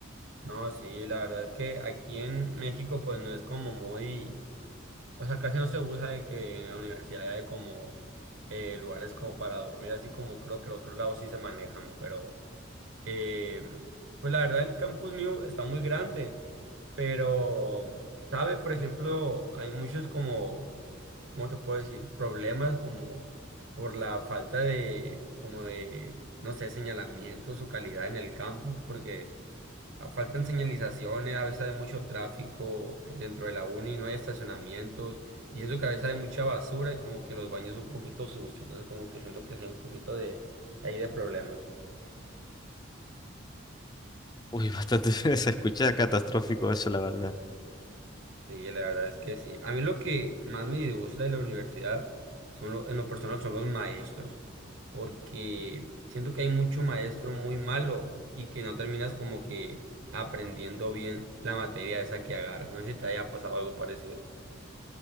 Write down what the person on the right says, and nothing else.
No, sí, la verdad es que aquí en México pues no es como muy, o sea, casi no se usa de que en la universidad hay como eh, lugares como para dormir, así como creo que en otros lados sí se manejan, pero... Eh, pues la verdad el campus mío está muy grande, pero, ¿sabe? Por ejemplo, hay muchos como, ¿cómo te puedo decir? Problemas como por la falta de, como de, no sé, señalamientos o calidad en el campus, porque ah, faltan señalizaciones, a veces hay mucho tráfico eh, dentro de la uni, no hay estacionamientos, y siento que a veces hay mucha basura y como que los baños son un poquito sucios, entonces como que siento que sí hay un poquito de, ahí de problemas.
Sí, la verdad es que sí. A mí lo que más me disgusta de la universidad son lo- en lo personal son los maestros, porque siento que hay mucho maestro muy malo y que no terminas como que aprendiendo bien la materia esa que agarras. No sé si te haya pasado algo parecido.